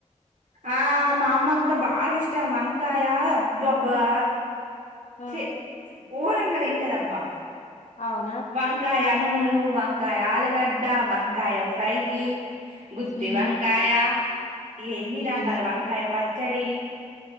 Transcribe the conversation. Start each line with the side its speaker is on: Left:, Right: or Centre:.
Right: ఆ మా అమ్మ కూడా బాళ ఇష్టం వంకాయ అబ్బబ్బా
Left: ఆ
Right: ఛీ ఘోరంగా తింటదిబ్బా
Left: అవునా
Right: వంకాయ అనుమూలు వంకాయ ఆలుగడ్డ వంకాయ ఫ్రై గుత్తి
Left: ఉమ్
Right: వంకాయ ఏ ఎన్ని
Left: ఉమ్
Right: రాకాల వంకాయ పచ్చడి